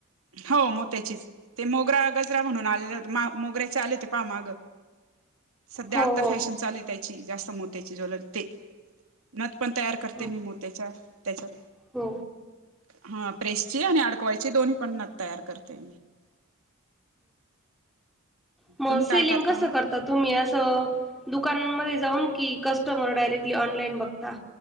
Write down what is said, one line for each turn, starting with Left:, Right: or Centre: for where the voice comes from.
Right: हो मोत्याचीच ते मोगरा गजरा म्हणून आले मोगऱ्याचे आले होते पहामाग. सध्या
Centre: हो
Right: आता
Centre: हो
Right: फॅशन चाल हाय त्याची जास्त मोत्यायची ज्वेलरी ते. नत पण तयार करते
Centre: हो
Right: मी मोत्याच्या त्याच्यात.
Centre: हो,
Right: हा प्रेसची आणि अडकवायची दोन्ही पणना तयार करते.
Centre: मग
Right: तुम्ही
Centre: सेलिंग
Right: काय करता
Centre: कसं करतात. तुम्ही असं दुकानामध्ये जाऊन की कस्टमर डायरेक्टली ऑनलाईन बघता.